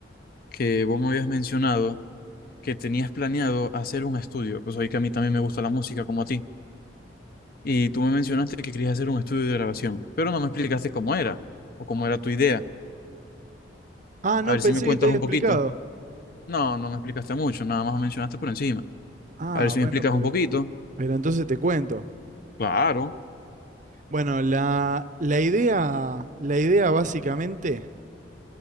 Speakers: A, on the left (about 50°); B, on the right (about 40°).
A: que vos me habías mencionado que tenías planeado hacer un estudio. Pues ahí que a mí también me gusta la música como a ti. Y tú me mencionaste que querías hacer un estudio de grabación, pero no me explicaste cómo era o cómo era tu idea.
B: Ah, no,
A: A ver
B: pensé
A: si me cuentas
B: que te había
A: un
B: explicado.
A: poquito. No, no me explicaste mucho, nada más me mencionaste por encima.
B: Ah,
A: A ver si
B: bueno,
A: me explicas
B: pero,
A: un poquito.
B: pero entonces te cuento.
A: Claro.
B: Bueno, la, la idea, la idea básicamente